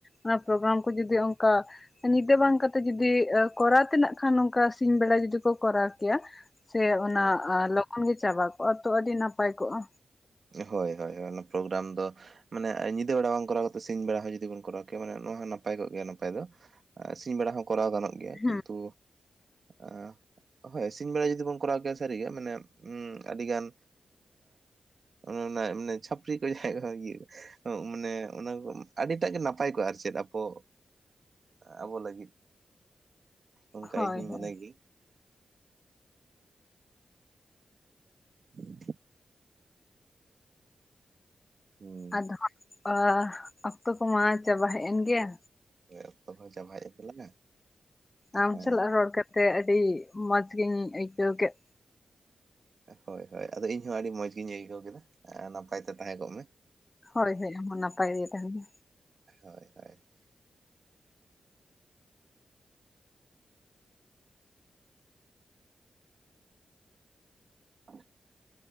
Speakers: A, on the left; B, on the right.
A: ᱚᱱᱟ ᱯᱨᱳᱜᱨᱟᱢ ᱠᱚ ᱡᱩᱫᱤ ᱚᱱᱠᱟ ᱧᱤᱫᱟᱹ ᱵᱟᱝ ᱠᱟᱛᱮ ᱡᱩᱫᱤ ᱮ ᱠᱚᱨᱟᱣ ᱛᱮᱱᱟᱜ ᱠᱦᱟᱱ ᱱᱚᱝᱠᱟ ᱥᱤᱧ ᱵᱮᱲᱟ ᱡᱩᱫᱤ ᱠᱚ ᱠᱚᱨᱟᱣ ᱠᱮᱭᱟ ᱥᱮ ᱚᱱᱟ
B: ᱦᱮᱸ
A: ᱟ ᱞᱚᱜ ᱜᱚᱱ ᱜᱮ ᱪᱟᱵᱟ ᱠᱚᱜᱼᱟ ᱛᱚ ᱟᱹᱰᱤ ᱱᱟᱯᱟᱭ ᱠᱚᱜᱼᱟ᱾
B: ᱦᱳᱭ ᱦᱳᱭ ᱦᱳᱭ ᱚᱱᱟ ᱯᱨᱳᱜᱨᱟᱢ ᱫᱚ ᱢᱟᱱᱮ ᱧᱤᱫᱟᱹ ᱵᱮᱲᱟ ᱵᱟᱝ ᱠᱚᱨᱟᱣ ᱠᱟᱛᱮᱫ ᱥᱤᱧ ᱵᱮᱲᱟ ᱦᱚᱸ ᱡᱩᱫᱤ ᱵᱚᱱ ᱠᱚᱨᱟᱣ ᱠᱮᱭᱟ ᱢᱟᱱᱮ ᱱᱚᱣᱟ ᱦᱚᱸ ᱱᱟᱯᱟᱭ ᱠᱚᱜ ᱜᱮᱭᱟ ᱱᱟᱯᱟᱭ ᱫᱚ᱾ ᱮ ᱥᱤᱧ ᱵᱮᱲᱟ ᱦᱚᱸ ᱠᱚᱨᱟᱣ ᱜᱟᱱᱚᱜ ᱜᱮᱭᱟ
A: ᱦᱮᱸ
B: ᱠᱤᱱᱛᱩ ᱮᱸ ᱦᱳᱭ ᱥᱤᱧ ᱵᱮᱲᱟ ᱡᱩᱫᱤ ᱵᱚᱱ ᱠᱚᱨᱟᱣ ᱠᱮᱭᱟ ᱥᱟᱹᱨᱤᱜᱮ ᱢᱟᱱᱮ ᱩᱸ ᱟᱹᱰᱤ ᱜᱟᱱ ᱲᱱᱚ ᱚᱱᱟ ᱮ ᱢᱟᱱᱮ ᱪᱷᱷᱟᱯᱨᱤ ᱠᱚ ᱡᱟᱦᱟᱸᱭ ᱠᱚ ᱤᱭᱟᱹ ᱢᱟᱱᱮ ᱚᱱᱟ ᱠᱚ ᱟᱹᱰᱤᱴᱟᱜ ᱜᱮ ᱱᱟᱯᱟᱭ ᱠᱚᱜ-ᱟ ᱟᱨ ᱪᱮᱫ ᱟᱵᱚ ᱟᱵᱚ ᱞᱟᱹᱜᱤᱫ᱾ ᱚᱱᱠᱟ
A: ᱦᱳᱭ
B: ᱤᱧᱦᱧ
A: ᱦᱳᱭ
B: ᱢᱚᱱᱮ ᱜᱮ᱾ <inaudible> ᱦᱩᱸ᱾
A: ᱟᱫᱚ ᱟ ᱚᱠᱛᱚ ᱠᱚᱢᱟ ᱪᱟᱵᱟ ᱦᱮᱡ ᱮᱱ ᱜᱮᱭᱟ᱾
B: ᱚᱠᱛᱚ ᱠᱚᱦᱚᱸ ᱪᱟᱵᱟ ᱦᱮᱡ ᱮᱱ ᱛᱟᱞᱟᱝᱟ
A: ᱟᱢ
B: ᱦᱮᱸ
A: ᱪᱟᱞᱟᱜ ᱨᱚᱲ ᱠᱟᱛ ᱛᱮ ᱟᱹᱰᱤ ᱢᱚᱡᱽ ᱜᱤᱧ ᱟᱹᱭᱠᱟᱹᱣ ᱠᱮᱫ
B: ᱦᱳᱭ ᱦᱳᱭ ᱟᱫᱚ ᱤᱧ ᱦᱚᱸ ᱟᱹᱰᱤ ᱢᱚᱡᱽ ᱜᱤᱧ ᱟᱹᱭᱠᱟᱹᱣ ᱠᱮᱫᱟ ᱱᱟᱯᱟᱭ ᱛᱮ ᱛᱟᱦᱮᱸ ᱠᱚᱜ ᱢᱮ᱾
A: ᱦᱳᱭ ᱦᱳᱭ ᱟᱢ ᱦᱚ ᱱᱟᱯᱟᱭ ᱜᱮ ᱛᱟᱦᱮᱱ ᱢᱮ᱾
B: <inaudible> <inaudible>